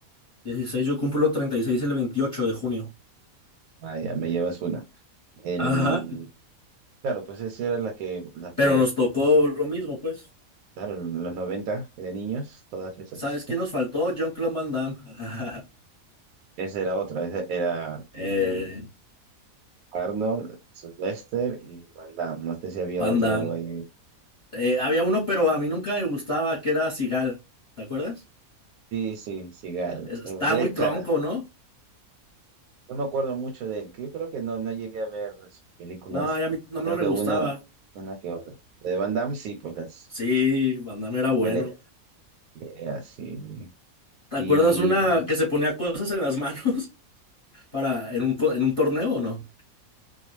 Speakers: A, on the left (about 30°); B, on the right (about 80°).
A: dieciséis yo cumplo 36 el 28 de junio.
B: Ah, ya me llevas una. El,
A: Ajá,
B: claro, pues esa era la que, la que,
A: pero nos tocó lo mismo, pues.
B: claro, en los 90 de niños, todas esas.
A: ¿Sabes quién
B: <laughs>
A: nos faltó? Jean-Claude Van Damme. <laughs>
B: Esa era otra, esa era eh,
A: Eh,
B: Arnold, Lester y Van Damme. No sé si había
A: Van
B: otro
A: Damme.
B: ahí.
A: Eh, había uno, pero a mí nunca me gustaba, que era Sigal, ¿te acuerdas?
B: Sí, sí, Sigal.
A: Es- Estaba
B: Eh, ve-
A: muy tronco,
B: claro,
A: ¿no?
B: No me acuerdo mucho de él, que yo creo que no, no llegué a ver sus películas,
A: No, ya a mí no no
B: creo
A: me
B: que
A: gustaba.
B: una, una que otra. La de Van Damme, sí, pues las
A: Sí, Van era bueno.
B: pele- peleas, sí.
A: ¿Te
B: Y
A: acuerdas una que se ponía cosas en las manos <laughs> para en un co- en un torneo o no?